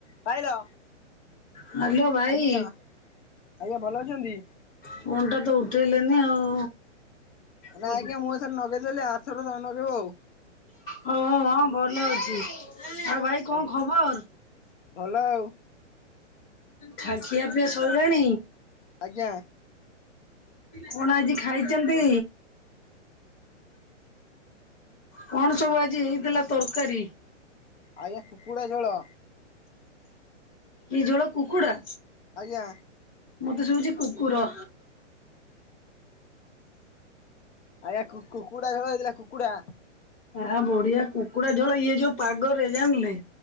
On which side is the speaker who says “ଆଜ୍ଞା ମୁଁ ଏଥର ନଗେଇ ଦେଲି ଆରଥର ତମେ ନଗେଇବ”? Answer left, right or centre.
Left